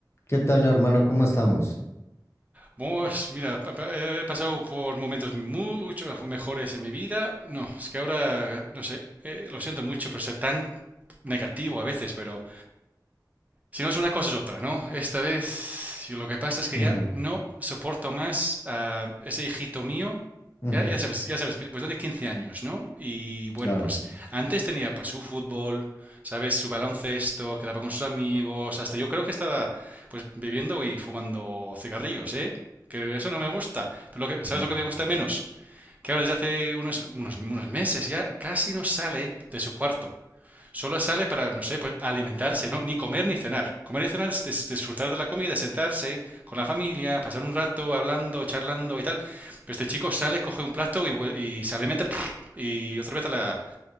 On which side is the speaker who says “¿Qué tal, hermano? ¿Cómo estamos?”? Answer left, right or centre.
Left